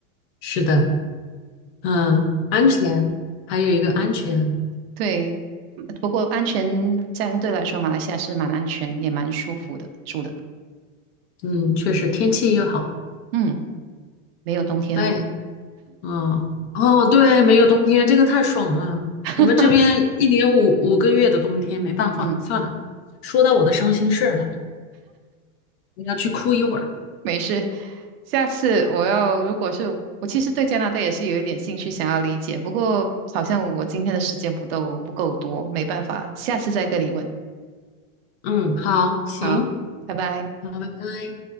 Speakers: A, on the left (about 50°); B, on the right (about 45°).
A: 是的，嗯，安全，还有一个安全，
B: 对，嗯不过安全相对来说，马来西亚是蛮安全，也蛮舒服的住的。
A: 嗯，确实天气又好，
B: 嗯，没有冬天哦。
A: 哎，嗯，哦，对，没有冬天，这个太爽了。
B: <laughs>
A: 我们这边一年五五个月的冬天，没办法，
B: 嗯。
A: 算了，说到我的伤心事儿了，我要去哭一会儿。
B: 没事，下次我要，如果是我其实对加拿大也是有一点兴趣，想要理解，不过好像我今天的时间不够不够多，没办法，下次再跟你问。
A: 嗯，好，行，
B: 好，拜拜。
A: 好，拜拜。